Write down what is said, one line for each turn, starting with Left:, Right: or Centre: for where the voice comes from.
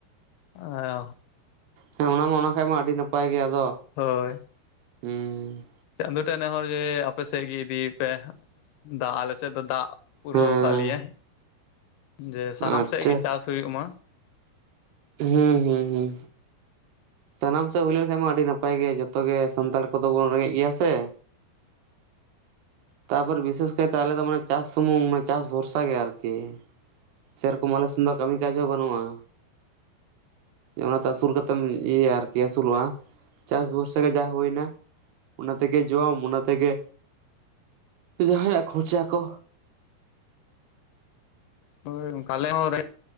Left: ᱟᱸ
Right: ᱦᱮᱸ ᱚᱱᱟ ᱢᱟ ᱚᱱᱟ ᱠᱷᱟᱡ ᱢᱟ ᱟᱹᱰᱤ ᱱᱟᱯᱟᱭ ᱜᱮᱭᱟ ᱟᱫᱚ
Left: ᱦᱳᱭ᱾
Right: ᱦᱩᱸ
Left: ᱪᱟᱸᱫᱚ ᱴᱷᱮᱡ ᱱᱮᱦᱚᱨ ᱡᱮ ᱟᱯᱮ ᱥᱮᱫ ᱜᱮ ᱤᱫᱤᱭᱮ ᱯᱮ, ᱫᱟᱜ ᱟᱞᱮ ᱥᱮᱫ ᱫᱚ ᱫᱟᱜ ᱯᱩᱨᱟᱹᱣ
Right: ᱦᱮᱸ
Left: ᱠᱟᱜ ᱞᱮᱭᱟᱭ ᱡᱮ ᱥᱟᱱᱟᱢ
Right: ᱟᱪᱪᱷᱟ
Left: ᱥᱮᱫ ᱜᱮ ᱪᱟᱥ ᱦᱩᱭᱩᱜ ᱢᱟ᱾
Right: ᱦᱩᱸ ᱦᱩᱸ᱾ ᱦᱩᱸ ᱦᱩᱸ᱾ ᱥᱟᱱᱟᱢ ᱥᱮᱫ ᱦᱩᱭ ᱞᱮᱱ ᱠᱷᱟᱱ ᱢᱟ ᱟᱹᱰᱤ ᱱᱟᱯᱟᱭ ᱜᱮ ᱡᱷᱚᱛᱚ ᱜᱮ ᱥᱟᱱᱛᱟᱲ ᱠᱚᱫᱚ ᱵᱚᱱ ᱨᱮᱸᱜᱮᱡ ᱜᱮᱭᱟ ᱥᱮ᱾ ᱛᱟᱯᱚᱨ ᱵᱤᱥᱮᱥ ᱠᱟᱭᱛᱮ ᱟᱞᱮ ᱫᱚ ᱢᱟᱱᱮ ᱪᱟᱥ ᱥᱩᱢᱩᱝ ᱢᱟᱱᱮ ᱪᱟᱥ ᱵᱷᱚᱨᱥᱟ ᱜᱮ ᱟᱹᱨᱠᱤ᱾ ᱥᱮ ᱨᱚᱠᱚᱢ ᱟᱞᱮ ᱥᱮᱱ ᱫᱚ ᱠᱟᱹᱢᱤ ᱠᱟᱡ ᱦᱚᱸ ᱵᱟᱹᱱᱩᱜ-ᱟ᱾ ᱚᱱᱟᱛᱮ ᱟᱹᱥᱩᱞ ᱠᱟᱛᱮᱢ ᱤᱭᱟᱹᱭᱟ ᱟᱹᱨᱠᱤ ᱟᱹᱥᱩᱞᱚᱜ-ᱟ᱾ ᱪᱟᱥ ᱵᱷᱚᱨᱥᱟ ᱜᱮ ᱡᱟᱦᱟ ᱦᱳᱭᱱᱟ᱾ ᱚᱱᱟ ᱛᱮᱜᱮ ᱡᱚᱢ ᱚᱱᱟ ᱛᱮᱜᱮ ᱡᱟᱦᱟᱸᱭ ᱟᱜ ᱠᱷᱚᱨᱪᱟ ᱠᱚ᱾
Left: ᱦᱳᱭ ᱚᱝᱠᱟ ᱟᱞᱮ ᱦᱚᱸ ᱨᱮ